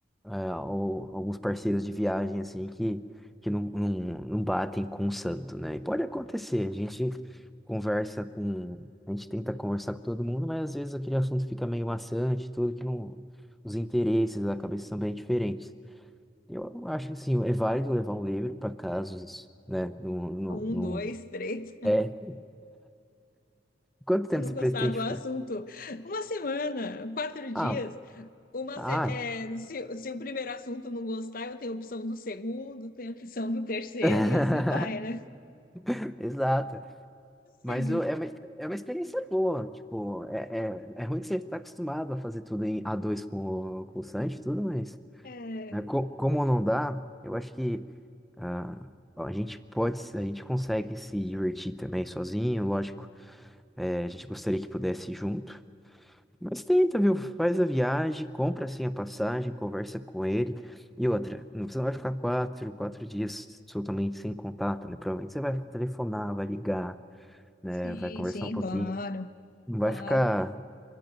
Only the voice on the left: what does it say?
Um,
dois, três. <laughs>
Se
não
gostar
do assunto,
uma semana, quatro dias.
Uma,
se, é, se, se o primeiro assunto não gostar, eu tenho a opção do segundo, tenho a opção do terceiro
e assim vai, né?
Ai,
É,
sim,
sim,
claro,
claro.